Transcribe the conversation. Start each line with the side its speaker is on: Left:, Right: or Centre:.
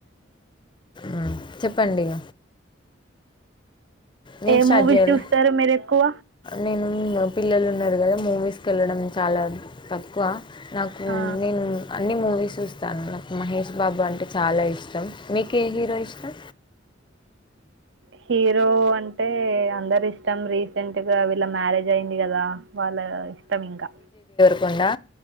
Left: హు చెప్పండి ఇగ నేను
Right: ఏ
Left: స్టార్ట్
Right: మూవీస్
Left: చేయాలి
Right: చూస్తారు మీరు ఎక్కువ
Left: నేను పిల్లలు ఉన్నారు కదా మూవీస్ కి వెళ్ళడం చాలా తక్కువ నాకు
Right: ఆ
Left: నేను అన్ని మూవీ వి చూస్తాను నాకు మహేష్ బాబు అంటే చాలా ఇష్టం మీకు ఏ హీరో ఇష్టం
Right: హీరో అంటే అందరు ఇష్టం రీసెంట్ గా ఇట్లా మ్యారేజ్ అయింది కదా వాళ్ళు ఇష్టం ఇంకా
Left: కొండా